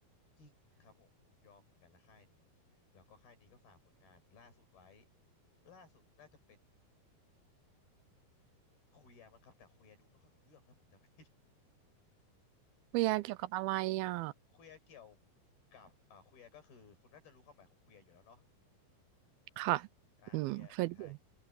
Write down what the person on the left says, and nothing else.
จริงครับผม ผมยอมเหมือนกันละค่ายนี้ แล้วก็ค่ายนี้ก็ฝากผลงานล่าสุดไว้ ล่าสุดน่าจะเป็นเคลียร์มั้งครับแต่เคลียร์ดูไม่ค่อยรู้เรื่องนะผมจำไม่ <laughs> ผิด
เคลียร์เกี่ยวกับอ่าเคลียร์ก็คือคุณน่าจะรู้ความหมายของเคลียร์อยู่แล้วเนาะ
อ่าเคลียร์ใช่